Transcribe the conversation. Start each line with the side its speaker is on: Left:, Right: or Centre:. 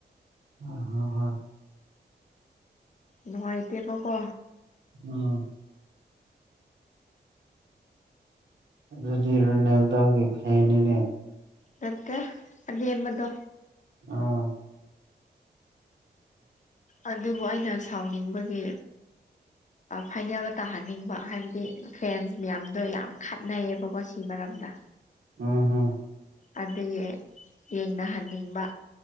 Right: ꯍꯥ ꯍꯣꯏ ꯍꯣꯏ
Left: ꯅꯨꯡꯉꯥꯏꯇꯦꯕ ꯀꯣ
Right: ꯎꯝ ꯅꯣꯏꯗꯤ ꯔꯣꯅꯜꯗꯣꯒꯤ ꯐꯦꯟꯅꯤꯅꯦ
Left: ꯅꯠꯇꯦ ꯑꯅꯦꯝꯕꯗꯣ
Right: ꯑꯣ
Left: ꯑꯗꯨꯕꯨ ꯑꯩꯅ ꯁꯥꯎꯅꯤꯡꯕꯒꯤ
Right: <inaudible>
Left: ꯐꯥꯏꯅꯦꯜꯗ ꯇꯥꯍꯟꯅꯤꯡꯕ ꯍꯥꯏꯕꯗꯤ ꯐ꯭ꯦꯟꯁ ꯃꯌꯥꯝꯗꯣ ꯌꯥꯝ ꯈꯠꯅꯩꯕꯀꯣ ꯁꯤ ꯃꯔꯝꯗ
Right: ꯎꯝ ꯍꯝ
Left: ꯑꯗꯨꯒꯤ ꯌꯦꯡꯅꯍꯟꯅꯤꯡꯕ